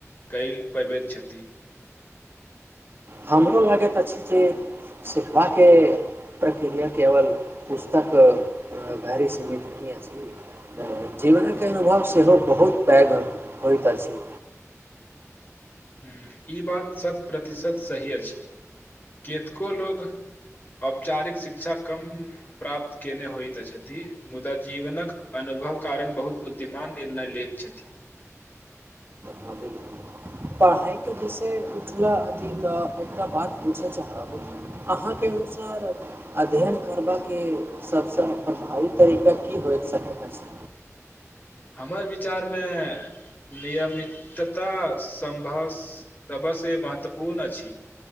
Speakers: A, on the left (about 35°); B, on the right (about 45°).
A: क पबैत छथि
B: हमरो लागैत अछि जे सिखबाक प्रक्रिया केवल पुस्तक गैरी सीमित नहि अछि जीवनके अनुभव सेहो बहुत पैघ होइत अछि
A: हुँ ई बात शत प्रतिशत सही अछि कतको लोको औपचारिक शिक्षा कम प्राप्त कने होइत छथि मुदा जीवनक अनुभव कारण बहुत बुद्धिमान निर्णय लैत छथिन
B: हँ बिलकुल पढ़ाइके विषय उठला अथी तऽ एकटा बात पूछय चाहब अहाँके अनुसार अध्ययन करबाकके सभसँ प्रभावी तरीका की होय सकैत अछि
A: हमरा विचारमे नियमितता सम्भव सभसँ महत्वपूर्ण अछि